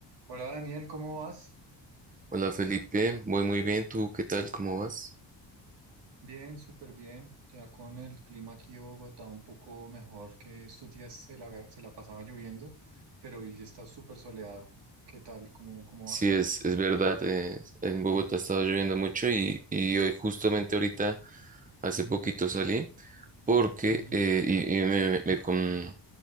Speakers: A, on the right; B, on the right.
A: Hola Daniel, ¿cómo vas?
B: Hola Felipe, voy muy bien, ¿tú qué tal? ¿Cómo vas?
A: Bien, súper bien. Ya con el clima aquí de Bogotá un poco mejor que estos días se la, se la pasaba lloviendo, pero hoy sí está súper soleado. ¿Qué tal? ¿Cómo, cómo
B: Sí,
A: vas tú?
B: es, es verdad, eh, en Bogotá
A: Mm,
B: ha estado lloviendo mucho y, y hoy justamente ahorita hace poquito salí porque
A: ujú.
B: eh, y, y me, me me con-